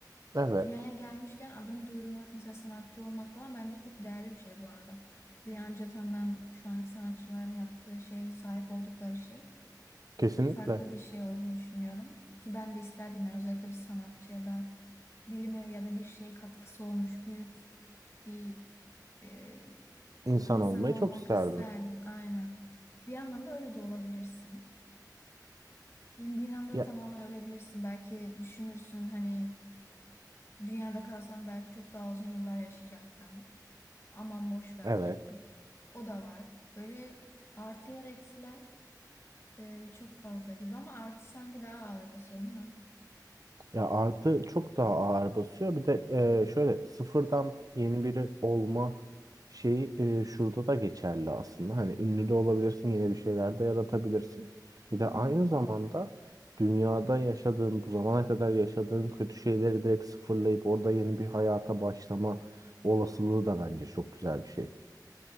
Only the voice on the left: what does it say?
Dünyaya gelmişken adını duyurmak, mesela sanatçı olmak falan bence çok değerli bir şey bu arada. Dünyaca tanınan şu anki sanatçıların yaptığı şey, sahip oldukları şey
çok farklı bir şey olduğunu düşünüyorum. Ki ben de isterdim yani özellikle bir sanatçıya da bilime ya da bir şeye katkısı olmuş büyük bir e,
insan
olmak
isterdim. Aynen. Bir yandan da öyle de olabilirsin. İndiğin anda
da tamamen ölebilirsin. Belki düşünürsün hani dünyada kalsam belki çok daha uzun yıllar yaşayacaktım. aman boş ver.
O da var. Böyle artılar eksiler e, çok fazla gibi ama artı sanki daha ağır basıyor değil mi?
Hı hı.